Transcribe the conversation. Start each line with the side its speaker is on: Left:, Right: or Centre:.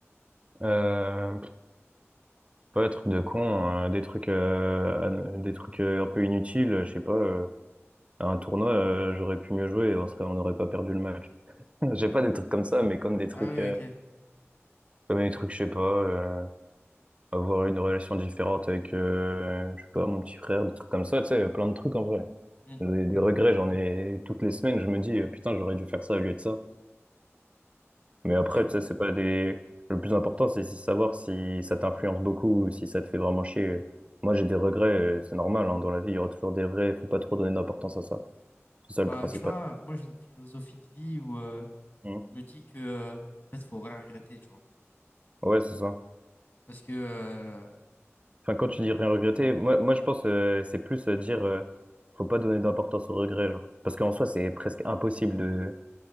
Right: Euh, pff, pas des trucs de con, hein, des trucs, euh, an- des trucs euh, un peu inutiles. euh, Je sais pas, euh, à un tournoi, euh, j'aurais pu mieux jouer, et on serait, on n'aurait pas perdu le match. <laughs> J'ai pas des trucs comme ça, mais comme des trucs,
Left: Ah oui,
Right: euh,
Left: ok.
Right: comme des trucs, je sais pas. euh, avoir une relation différente avec, euh, je sais pas, mon petit frère, des trucs comme ça, tu sais, plein de trucs en vrai.
Left: Hmm,
Right: Des, des regrets, j'en ai toutes les semaines, je me dis, euh, putain, j'aurais dû faire ça au lieu de ça. Mais après,
Left: ok.
Right: tu sais, c'est pas des... Le plus important, c'est si- savoir si ça t'influence beaucoup ou si ça te fait vraiment chier. Moi, j'ai des regrets, euh, c'est normal, hein, dans la vie, il y aura toujours des regrets, il faut pas trop donner d'importance à ça. C'est ça
Left: Bah,
Right: le principal.
Left: tu vois, moi, j'ai une philosophie de vie où, euh,
Right: Mhm.
Left: je me dis que, euh, en fait, faut rien regretter, tu vois.
Right: Ouais, c'est ça.
Left: Parce que, euh,
Right: Enfin, quand tu dis rien regretter, moi, moi je pense euh, c'est plus euh, dire euh, faut pas donner d'importance aux regrets, genre. Parce qu'en soi, c'est presque impossible de